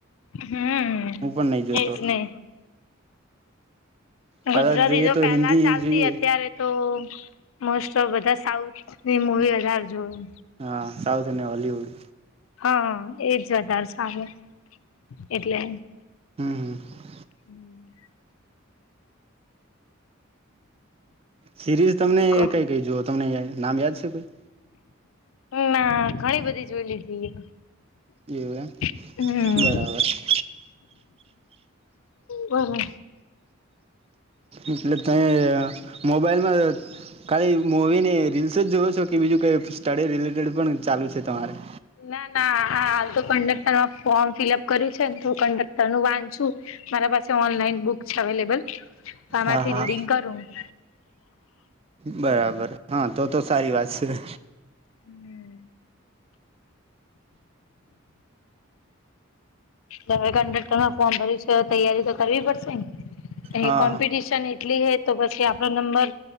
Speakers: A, on the left; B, on the right.
A: હમ
B: હું પણ નહી જોતો
A: એજ ને.
B: કદાચ
A: ગુજરાતી
B: જોઈએ
A: જો
B: તો
A: પેલા
B: હિન્દી
A: ચાલતી
B: જોઈએ
A: અત્યારે તો મોસ્ટ ઓફ બધા સાઉથની મુવી હજાર જોય.
B: હા સાઉથ અને વોલીવુડ.
A: હા એજ વધારે સારું એટલે
B: હમ હ.
A: હમ.
B: સિરીઝ તમને
A: બીજું કો
B: કઈ કઈ જોુઓ તમને નામ યાદ છે કોઈ
A: ના ઘણી બધી જોઈ લીધી
B: એવું
A: હમ
B: એ બરાબર
A: બરોબર
B: એટલે તમે મોબાઈલમાં ખાલી મૂવીને રીલ્સ જ જોવ છો કે બીજું કઈ સ્ટડી રિલેટેડ પણ ચાલુ છે તમારે
A: ના ના હાલ તો કંડક્ટર માં ફોર્મ ફિલઅપ કર્યું છે ને તો કંડક્ટર નું વાંધ છુ મારા પાસે ઓનલાઈન બુક છે અવેલેબલ તો આમાંથી
B: હા હા
A: રીડિંગ કરું <inaudible>
B: બરાબર હા તો તો સારી વાત છે તે
A: હમ હવે કંડક્ટરમાં ફોર્મ ભર્યું છે તૈયારી તો કરવી પડશે
B: હા
A: એ કોમ્પિટિશન એટલી હ તો પછી આપડો નંબર